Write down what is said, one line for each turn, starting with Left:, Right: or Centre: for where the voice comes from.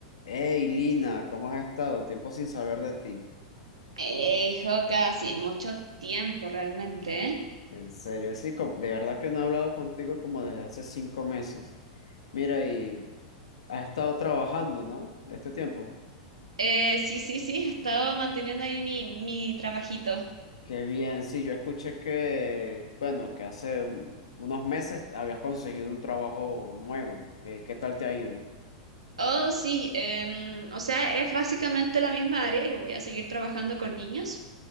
Left: Hey Lina, ¿cómo has estado? Tiempo sin saber de ti.
Right: Hey, Joka, sí, mucho tiempo realmente, ¿eh?
Left: En serio, sí, como- de verdad que no he hablado contigo como desde hace cinco meses. Mira, y has estado trabajando, ¿no? Este tiempo.
Right: Eh, sí, sí, sí, he estado manteniendo ahí mi, mi trabajito.
Left: Qué bien, sí, yo escuché que, bueno, que hace un- unos meses habías conseguido un trabajo nuevo. Eh, ¿qué tal te ha ido?
Right: Oh, sí, em, o sea, es básicamente la misma área, yo voy a seguir trabajando con niños,